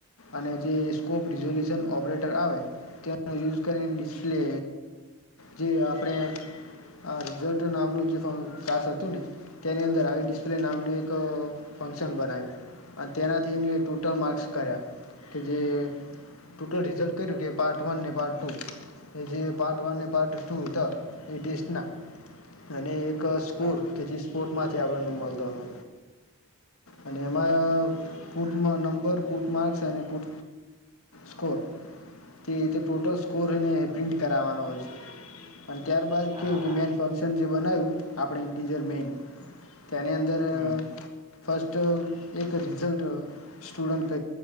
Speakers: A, on the left (about 70°); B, on the right (about 25°).
A: અને જે સ્કોપ રિઝોલ્યુશન ઓપરેટર આવે તેનો યુઝ કરીને ડિસ્પ્લે જે આપણે આ રિઝલ્ટ નામનું જે કાસ હતું ને તેની અંદર આવી ડિસ્પ્લે નામનું એક ફંક્શન બનાવ્યું અને તેનાથીને ટોટલ માર્ક્સ કર્યા કે જે ટોટલ રિઝલ્ટ કર્યું કે એ પાર્ટ વન ને પાર્ટ ટુ એ જે પાર્ટ વન ને પાર્ટ ટુ હતા એ ટેસ્ટ ના અને એક સ્કૂર
B: હા
A: કે જે સ્પોર્ટમાંથી આપણ મળતો હતો. અને એમાં
B: હા
A: પૂટમાં નંબર પૂટ માર્ક્સ અને પૂ સ્કોર તે એ રીતે ટોટલ સ્કોર એને પ્રિન્ટ કરાવવાનો હોય છે. અને ત્યારબાદ
B: હા
A: કેવું કે મેન ફંક્શન જે બનાવ્યું આપણે ઇન્ટીરિયર મેઈન, તેની અંદર દે
B: હમ
A: ફસ્ટ એક રિઝલ્ટ સ્ટુડન્ટ